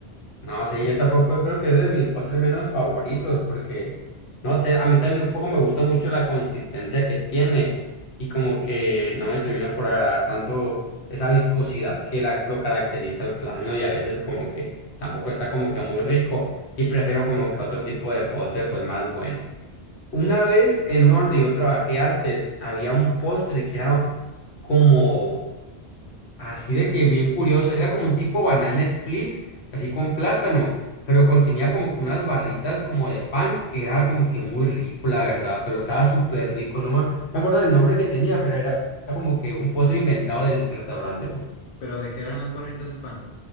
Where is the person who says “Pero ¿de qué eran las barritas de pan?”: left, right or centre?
Left